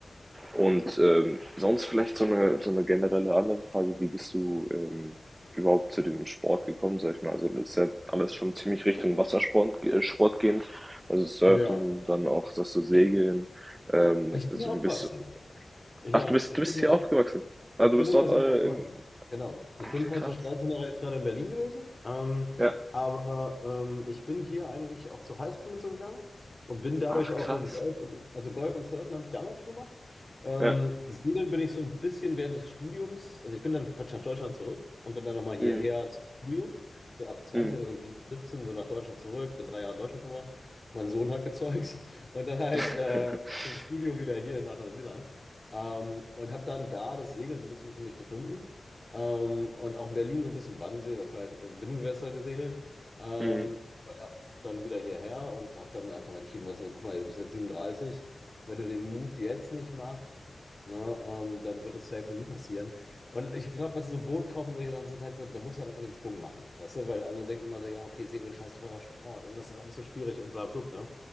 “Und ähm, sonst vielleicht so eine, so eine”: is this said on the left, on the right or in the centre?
Right